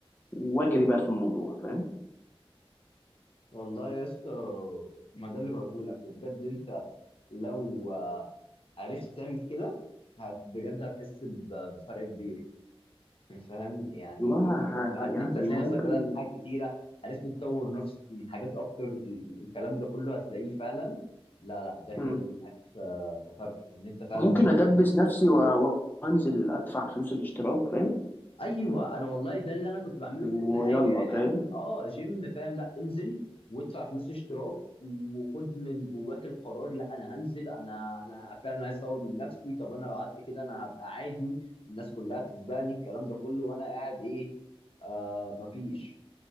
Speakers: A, on the left; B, on the left.
A: واجري بقى في الموضوع فاهم
B: والله يا اسطى ما ده اللي بقوله لك وبجد انت لو آه، عرفت تعمل كده هت بجد هتحس ب- بفرق كبير فاهم يعني
A: والله
B: إن-
A: ه-
B: إن-
A: ه-
B: ان
A: يعني
B: انت هتلاقي
A: ممكن
B: نفسك بدأت في حاجات كتيرة عرفت تطور نفسك من حاجات اكتر ال- ال- الكلام ده كله هتلاقيه فعلا لا لا داخل
A: مم.
B: معاك في في فرق وان انت فعلا
A: ممكن
B: شفت
A: ادبس نفسي و- وانزل ادفع فلوس الاشتراك فاهم
B: ايوه انا والله ده اللي انا كنت بعمله في كل
A: ويلا
B: حاجه يعني
A: فاهم
B: عم اه جيم فاهم لا انزل وادفع فلوس اشتراك وخد من جواك القرار لا انا هنزل انا انا فعلا عايز اطور من نفسي طب انا لو قعدت كده انا هبقى عادي الناس كلها تسبقني الكلام ده كله وانا قاعد ايه آه مفيش